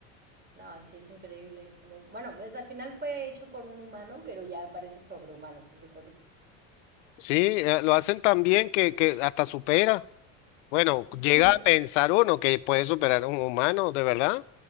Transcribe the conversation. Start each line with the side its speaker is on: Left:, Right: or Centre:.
Right: No, sí, es increíble. Como, bueno, pues al final fue hecho por un humano, pero ya parece sobrehumano, ¿estás de acuerdo?
Left: Sí, eh, lo hacen tan bien que, que hasta supera. Bueno, llega
Right: Hmm,
Left: a pensar uno que puede superar a un humano, ¿de verdad?